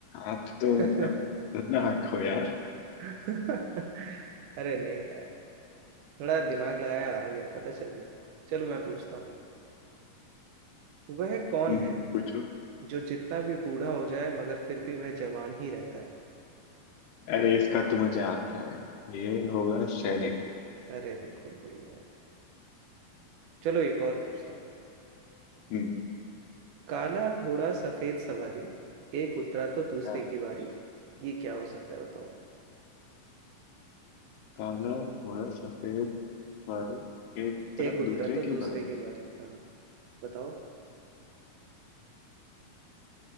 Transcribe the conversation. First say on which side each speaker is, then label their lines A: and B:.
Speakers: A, on the left (about 80°); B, on the right (about 75°).
A: आप तो
B: यार
A: मतलब खतरनाक हो यार
B: <laughs> अरे नहीं यार थोड़ा दिमाग लगाया आ गया पता चल गया चलो मैं पूछता हूँ वह कौन
A: हम्म,
B: है
A: पूछो
B: जो जितना भी बूढ़ा हो जाए मगर फिर भी वह जवान ही रहता है
A: अरे इसका तो मुझे आता है ये होगा सैनिक
B: अरे बिल्कुल बढ़िया है चलो एक और पूछता हूँ
A: हम्म
B: काला घोड़ा सफेद सवारी एक उतरा तो दूसरे
A: हाँ।
B: की बारी ये क्या हो सकता है बताओ
A: काला घोड़ा सफेद बारी एक उतरा
B: एक उतरा
A: दूसरे
B: तो
A: की
B: दूसरे
A: बारी
B: की बारी हाँ बताओ